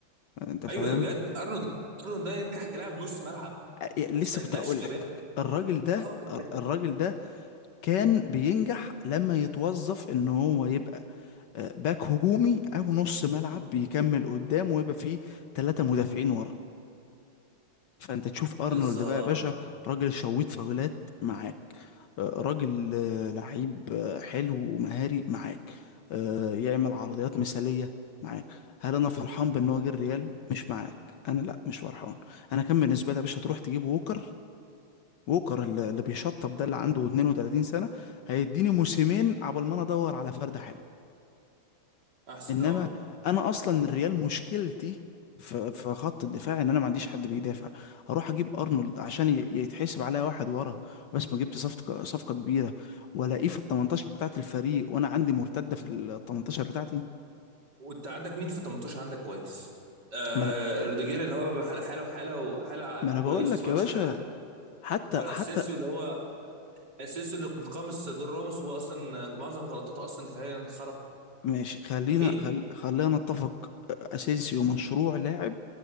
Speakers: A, on the left; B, on the right.
A: آه، انت فاهم
B: ايوه ده بجد ارنولد ارنولد ده ينجح كلاعب نص ملعب
A: آه، لسه
B: بس ما ينجحش
A: كنت اقول
B: كباب
A: لك الراجل ده
B: اه انت
A: الراجل ده كان بينجح لما يتوظف ان هو يبقى آه، باك هجومي او نص ملعب بيكمل قدام ويبقى فيه ثلاثة مدافعين ورا فانت تشوف ارنولد
B: <laughs> بالظبط
A: بقى يا باشا راجل شويت فاولات معاك آه، راجل آه، لعيب آه، حلو ومهاري معاك آه، يعمل عرضيات مثالية معاك هل انا فرحان بان هو جه الريال مش معاك انا لا مش فرحان انا كان بالنسبة لي يا باشا تروح تجيب ووكر ووكر اللي اللي بيشطف ده اللي عنده 32 سنة هيديني موسمين عبال ما انا ادور على فرد حلو
B: احسن
A: انما
B: اه
A: انا اصلا الريال مشكلتي ف- في خط الدفاع ان انا ما عنديش حد بيدافع اروح اجيب ارنولد عشان ي- يتحسب عليا واحد ورا بس ما جبت صفقه صفقه كبيره والاقيه في ال 18 بتاعت الفريق وانا عندي مرتده في ال 18 بتاعتي
B: وانت عندك مين في 18 عندك كويس آه
A: ما انا
B: روديجير اللي هو حاله حاله وحاله وحاله
A: ما انا بقول
B: كويس
A: لك
B: و10
A: يا باشا
B: حالات
A: حتى
B: ولا
A: حتى
B: اسينسيو اللي هو سينسو اللي متقمص دور راموس هو اصلا معظم غلطاته اصلا دفاعيا خرا
A: ماشي خلينا
B: فيه
A: خل... خلينا نتفق اسينسيو مشروع لاعب